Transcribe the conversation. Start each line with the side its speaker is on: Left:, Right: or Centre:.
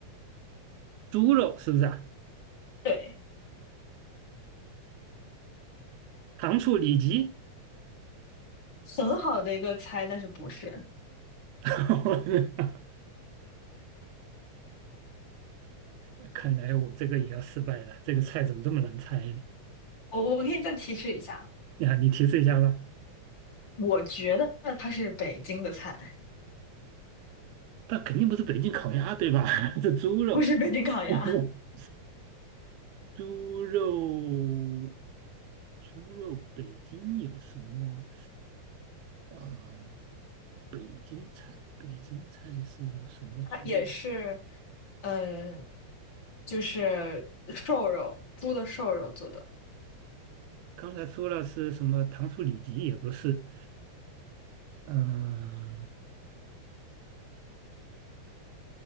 Right: 猪肉是不是啊？
Left: 对，
Right: 糖醋里脊。
Left: 很好的一个猜，但是不是，
Right: <laughs> 看来我这个也要失败了，这个菜怎么这么难猜呢？
Left: 我我可以再提示一下，
Right: 呀，你提示一下吧。
Left: 我觉得它是北京的菜。
Right: 但肯定不是北京烤鸭，对吧？<laughs> 这猪肉，
Left: 不是北京烤鸭，
Right: <laughs> 猪肉，猪肉，北京有什么？啊、北京菜，北京菜是有什么猪肉？
Left: 它也是，呃就是瘦肉，猪的瘦肉做的，
Right: 刚才说了是什么糖醋里脊，也不是，嗯、